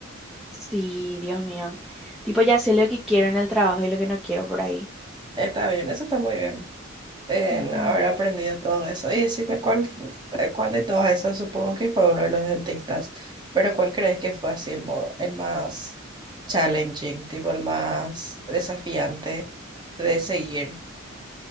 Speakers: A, in the centre; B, on the right.
A: sí, Dios mío. Tipo, ya sé lo que quiero en el trabajo y lo que no quiero por ahí.
B: Está bien, eso está muy bien. en
A: Ujú.
B: haber aprendido todo eso. Y decime cuál, fu- eh, cuál de todos esos, supongo que fue uno de los dentistas, pero cuál crees que fue así el modo, el más challenging, tipo el más desafiante de seguir